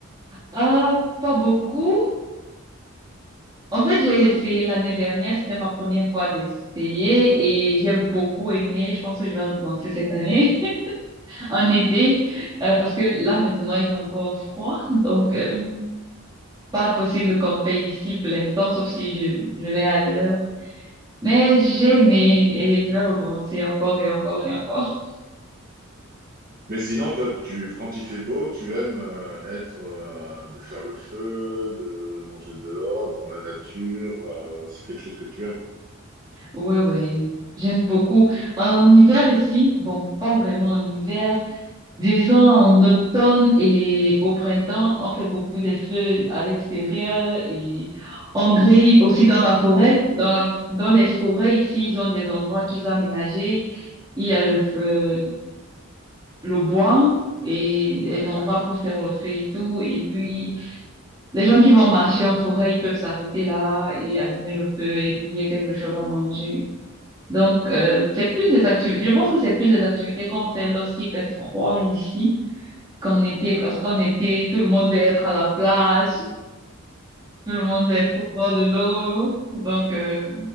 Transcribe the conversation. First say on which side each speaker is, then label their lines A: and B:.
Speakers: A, on the right; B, on the right.
A: Ah, pas beaucoup. En fait, j'ai essayé l'année dernière. C'était ma première fois d'essayer et j'ai beaucoup aimé. Je pense que je vais recommencer cette année <laughs> en été euh, parce que là, maintenant, il fait encore froid. Donc, euh, pas possible de camper ici pour l'instant, sauf si je, je vais ailleurs. Mais j'ai aimé et je vais recommencer encore et encore et encore.
B: Mais sinon, toi, tu, quand il fait beau, tu aimes euh, être, euh, de faire le feu, de manger dehors, dans la nature. euh, c'est quelque chose que tu aimes.
A: Ouais, ouais, j'aime beaucoup. En hiver ici, bon, pas vraiment en hiver, disons en automne et au printemps, on fait beaucoup des feux à l'extérieur et on grille aussi dans la forêt. Dans la, dans les forêts ici, ils ont des endroits qu'ils ont aménagés. Il y a le feu, le bois et les
B: Ouais,
A: Ouais. endroits pour faire le feu et tout. Et puis, les gens qui vont marcher en forêt, ils peuvent s'arrêter là et allumer le feu et griller quelque chose à manger. Donc, euh, c'est plus des activités, je pense que c'est plus des activités qu'on fait lorsqu'il fait froid ici qu'en été,
B: ouais.
A: parce qu'en été, tout le monde veut être à la plage, tout le monde veut être au bord de l'eau. Donc, euh,